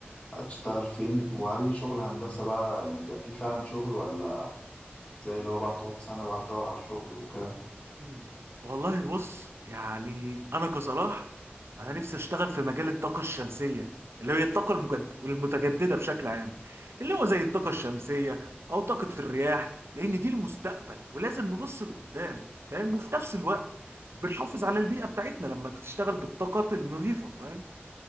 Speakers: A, on the left (about 35°); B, on the right (about 80°).
A: هتشتغل فين وهل شغل هندسة بقى يعني بيبقى فيه فعلا شغل ولا زي اللي هو بقى تقعد سنة بقى تدور على شغل وكده
B: مم. والله بص يعني انا كصلاح انا نفسي اشتغل في مجال الطاقه الشمسيه اللي هي الطاقه المجد... المتجدده بشكل عام اللي هو زي الطاقه الشمسيه او طاقه الرياح لان دي المستقبل ولازم نبص لقدام فاهم وفي نفس الوقت بنحافظ على البيئه بتاعتنا لما تشتغل بالطاقات النظيفه فاهم